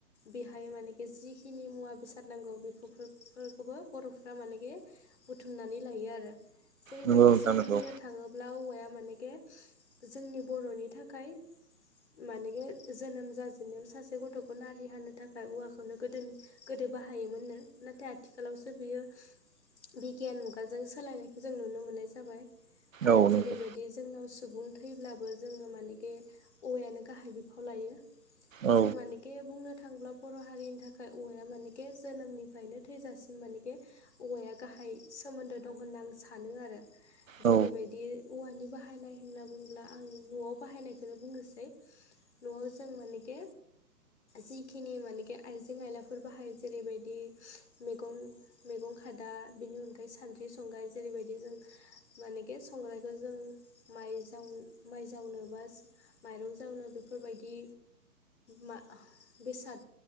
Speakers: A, on the left; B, on the right.
A: बेहाय माने जिखिनि मुवा बेसाद नांगौ बे खौबो बर'फ्रा मानेखि बुथुमनानै लायो आरो। जेरैबायदि
B: नंगौ नोंथां
A: जों
B: नंगौ
A: बुंनो था थाङोब्ला औवाया मानेखे जोंनि बर'नि थाखाय मानेखे जोनोम जाजेननायाव सासे गथ'खौ नारि हानो थाखाय औवाखौनो गोदोनि गोदो बाहायोमोननो नाथाय आथि खालावसो बियो बिगियान मुगाजों सोलायनायखौ जों नुनो मोननाय जाबाय। आरो
B: औ नंगौ
A: जेरैबायदि दि जोंनाव सुबुं थैब्लाबो जोङो मानेखि औवायानो गाहाय बिफाव लायो।
B: औ
A: जों मानेखे बुंनो थांब्ला बर' हारिनि थाखाय औवाया मानेखे जोनोमनिफ्रायनो थैजासिम मानेखे औवाया गाहाय सोमोन्दो दं होनना आं सानो आरो।
B: औ
A: जेरैबायदि बि औवानि बाहायनाय होनना बुङोब्ला आं न'आव बाहायनायखौनो बुंनोसै। र' जों मानेखे जिखिनि मानेखे आइजें आयलाफोर बाहायो जेरैबायदि मैगं मैगं खादा बिनि अनगायै सानद्रि संगाइ जेरैबायदि जों मानेखे संग्रायखौ जों माइ जाव माइ जावनोबा माइरं जावनो बेफोरबायदि मा बेसाद